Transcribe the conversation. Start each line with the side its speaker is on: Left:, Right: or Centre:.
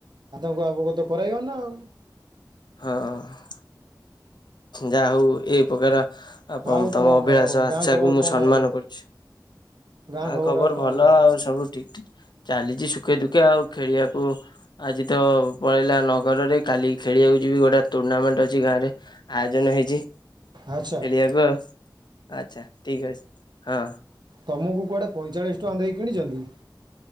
Right: ଆଉ ତାଙ୍କୁ ଅବଗତ କରାଇବ ନା ଆଉ।
Left: ହଁ। ଯାହା ହଉ ଏଇ ପ୍ରକାର ଆ
Right: ଆଉ
Left: ତମ
Right: କଣ
Left: ଅଭିଳାଷ
Right: କହ
Left: ଆଶାକୁ
Right: ଗାଁ ଖବର
Left: ମୁଁ
Right: କଣ
Left: ସମ୍ମାନ
Right: ଆଉ
Left: କରୁଛି।
Right: ଗାଁ
Left: ଆ ଖବର
Right: ଆଉ କଣ
Left: ଭଲ
Right: କହ
Left: ଆଉ ସବୁ ଠିକ ଚାଲିଛି ସୁଖେ ଦୁଖେ ଆଉ ଖେଳିବାକୁ ଆଜି ତ ପଳେଇଲା ନଗରରେ କାଲି ଖେଳିବାକୁ ଯିବି ଗୋଟେ ଟୁର୍ଣ୍ଣାମେଣ୍ଟ ଅଛି ଗାଁ ରେ। ଆୟୋଜନ ହେଇଛି ଖେଳିବାକୁ
Right: ଆଚ୍ଛା।
Left: ଆଉ ଆଚ୍ଛା ଠିକ ଅଛି ହଁ।
Right: ତୁମକୁ କୁଆଡ଼େ ପଇଁଚାଳିଶ ଟଙ୍କା ଦେଇ କିଣିଛନ୍ତି